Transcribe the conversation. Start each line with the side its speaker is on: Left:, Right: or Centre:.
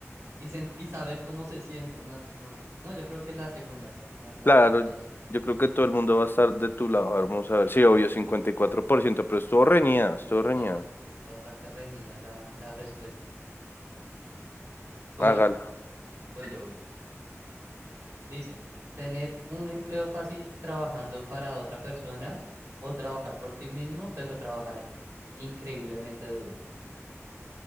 Right: y, sent y saber cómo se siente. No, es- no, no, yo creo que la segunda, la, la
Left: Claro,
Right: opción dos.
Left: yo creo que todo el mundo va a estar de tu lado. A ver, vamos a ver. Sí, obvio, cincuenta y cuatro por ciento pero estuvo reñida, estuvo reñida.
Right: Es, es, es bastante reñida la, la respuesta. Voy
Left: Hágala.
Right: yo, voy yo, voy yo. Dice, tener un empleo fácil trabajando para otra persona o trabajar por ti mismo, pero trabajar increíblemente duro.